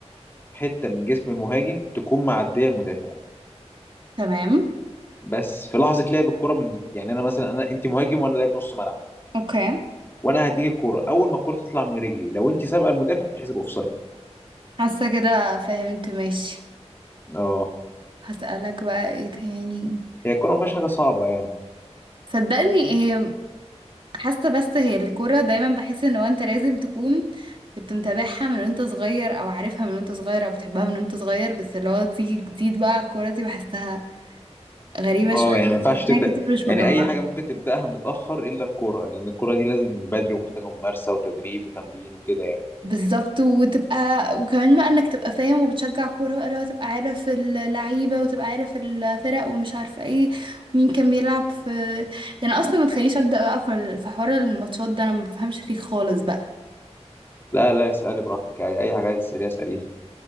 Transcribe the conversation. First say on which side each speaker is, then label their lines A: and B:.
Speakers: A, on the left; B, on the right.
A: حته من جسم المهاجم تكون معديه المدافع
B: تمام
A: بس في لحظه لعب الكره من يعني انا مثلا انا انت مهاجم وانا لاعب نص ملعب
B: اوكي
A: وانا هديك الكوره اول ما الكوره تطلع من رجلي لو انت سابقه المدافع تتحسب اوفسايد
B: حاسه كده فهمت ماشي
A: اه
B: هسألك بقى ايه تاني
A: هي الكوره ما فيهاش حاجه صعبه يعني
B: صدقني ايه حاسه بس هي الكوره دايما بحس ان هو انت لازم تكون كنت متابعها من وانت صغير او عارفها من وانت صغير او بتحبها من وانت صغير بس اللي هو تيجي جديد بقى على الكوره دي بحسها غريبه
A: اه
B: شويه
A: يعني ما ينفعش
B: بحسها
A: تبدا
B: كتير مش
A: يعني
B: مجمعه
A: اي حاجه ممكن تبداها متاخر الا الكوره لان الكوره دي لازم من بدري ومحتاجه ممارسه وتدريب وتمرين وكده يعني
B: بالظبط وتبقى وكمان بقى انك تبقى فاهم وبتشجع كوره بقى اللي هو تبقى عارف اللعيبه وتبقى عارف الفرق ومش عارفه ايه مين كان بيلعب في ده انا اصلا ما تخلينيش ابدا بقى في في حوار الماتشات ده انا ما بفهمش فيه خالص بقى
A: لا لا اسالي براحتك عادي. اي حاجه عايز تساليها اساليها